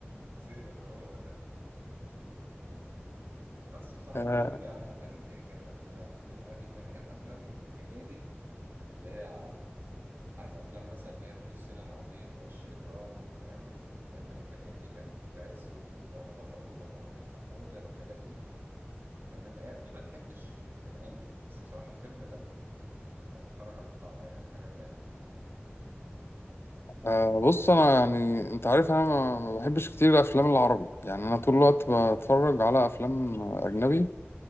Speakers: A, on the right; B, on the left.
A: زئر هو ده بس بصراحه
B: آه
A: الفيلم يعني قتلني ضحك انا انا من أف... من ايام افلام هنيدي اللي هي عارف افلام مثلا اللي هي فول الصين العظيم ووش اجرام ايام ايام ما كان هنيدي كان في عزه ورمضان مبروك ابو العالمين حموده والحاجات دي آه، من الايام دي ما ضحكتش من قلبي بس بصراحه الفيلم ده آه، خرج عن القاعده يعني عجبني قوي
B: آه بص انا يعني انت عارف انا ما ما بحبش كتير الافلام العربي يعني انا طول الوقت بتفرج على افلام اجنبي